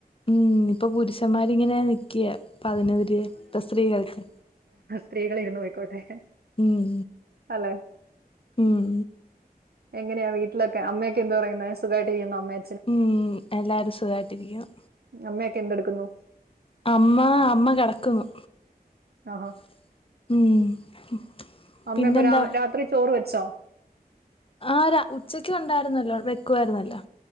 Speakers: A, on the left; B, on the right.
A: ഉം ഇപ്പ പുരുഷന്മാരിങ്ങനെ നിക്ക്യ അപ്പ അതിനൊര് ഇപ്പ സ്ത്രീയായിട്ട്
B: സ്ത്രീകള് ഇര്ന്ന് പോയിക്കോട്ടെ
A: ഉം
B: അല്ലേ
A: ഉം
B: എങ്ങനെയാ വീട്ടിലൊക്കെ അമ്മെക്കെ എന്ത്‌ പറയുന്ന് സുഖായിട്ട് ഇരിക്കുന്നോ അമ്മെ
A: ഉം, എല്ലാരും സുഖായിട്ടിരിക്കുന്നു.
B: അമ്മയൊക്കെ എന്തെടുക്കുന്നു.
A: അമ്മ, അമ്മ കെടക്കുന്നു.
B: ആഹോ
A: ഉം.
B: അമ്മപ്പൊ
A: പിന്നെന്താ
B: രാ രാത്രി ചോറ് വെച്ചോ?
A: ആഹ്, രാ ഉച്ചക്ക് ഉണ്ടായിരുന്നല്ലോ വെക്കുവായിരുന്നല്ലോ